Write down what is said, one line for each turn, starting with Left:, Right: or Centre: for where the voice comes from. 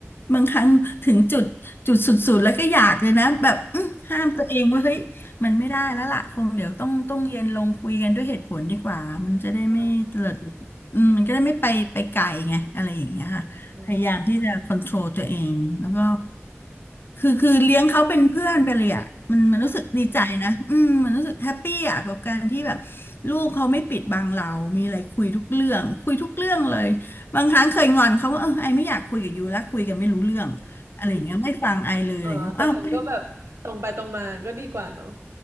Left: บางครั้งถึงจุดจุดสุดๆแล้วก็อยากเลยนะแบบอื้อห้ามตัวเองว่าเฮ้ยมันไม่ได้แล้วล่ะคงเดี๋ยวต้องต้องเย็นลงคุยกันด้วยเหตุผลดีกว่ามันจะได้ไม่เตลิด
Right: ค่ะ
Left: อืมมันก็ได้ไม่ไปไปไกลไงอะไรอย่างเงี้ยค่ะพยายามที่จะค
Right: อืม
Left: o n t r o l ตัวเองแล้วก็คือคือเลี้ยงเขาเป็นเพื่อนไปเลยอ่ะมันมันรู้สึกดีใจนะอืมมันรู้สึกแฮปปี้อ่ะกับการที่แบบ
Right: ค่ะ
Left: ลูกเขาไม่ปิดบังเรา มีอะไรคุยทุกเรื่องคุยทุกเรื่องเลย บางครั้งเคยงอนเขาว่าเออไอไม่อยากคุยกับยูแล้วคุยกันไม่รู้เรื่องอะไรอย่างเงี้ยไม่ฟังไอเลยอะไรอย่างเงี้ยอ้าวไป
Right: เออแต่เขาก็แบบตรงไปตรงมาก็ดีกว่าเนาะ